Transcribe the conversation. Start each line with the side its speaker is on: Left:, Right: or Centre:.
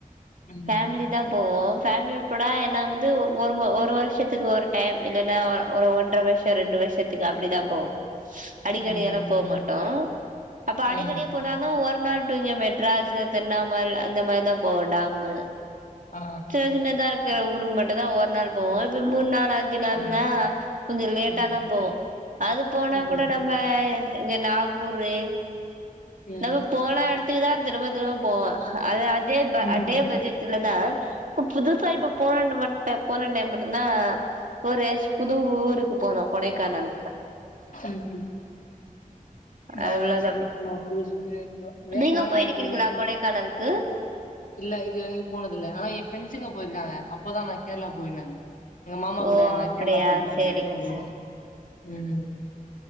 Left: ம்
Right: ஃபேமிலி தா போவோ ஃபேமிலியட போனா என்ன வந்து ஒ ஒரு ஒரு வருஷத்துக்கு ஒரு டைம் இல்லைனா ஒ ஒரு ஒன்றரை வருஷம் ரெண்டு வருஷத்துக்கு துக்கு அப்டிதா போவோ அடிக்கடி
Left: ம்
Right: எல்லா
Left: ம்
Right: போ மாட்டோ அப்ப அடிக்கடி
Left: ம்
Right: போ நான்னா ஒரு நாட்டு இங்க மெட்ராஸ் திருண்ணாமலை அந்த மாதிரிதா போவோம் டாமு
Left: ஆ
Right: சின்ன சின்னதா இருக்கிற ஊருக்கு மட்டுந்தா ஒரு நாள் போவோ இப்ப மூண் நாள் அஞ்சு நாள்னா
Left: ம்
Right: கொஞ்சொ லேட்டா
Left: ம்
Right: தா போவோ அது போனா
Left: ம்
Right: கூட நம்ப இங்க நாகூரு
Left: ம் ம்ஹும்
Right: நம்ம போன எடத்துக்கு தா திரும்ப திரும்ப போவோ அது அதே
Left: ம் ம்ஹும்
Right: அதே பட்ஜட்ல தா இப்ப புதுசா இப்ப போனுன்னு மட்ட போன டைம் மட்டு்ந்தா ஒரு புது ஊருக்கு போனோ கொடைக்கானலுக்கு
Left: ம் நாங்க
Right: அவ்ளோதா
Left: அந்த மாதிரி பூஜிட்டு இருந்தோ விவசாயம்
Right: நீங்க போயிருக்கிறீங்களா
Left: ஆள்இல்ல
Right: கொடைக்கானலுக்கு
Left: இல்ல இதுல எங்கயு போனது இல்ல ஆனா என் ஃப்ரெண்ட்ஸுங்க போயிருக்காங்க அப்பதா நா கேர்ளா போய்ருந்தது எங்க மாமா
Right: ஓ
Left: கூட நா
Right: அப்டியா
Left: கேர்ளா போயிட்டு வந்தங்க
Right: சேரிங்க
Left: அப்ப கூடு
Right: சார்
Left: ம் ம்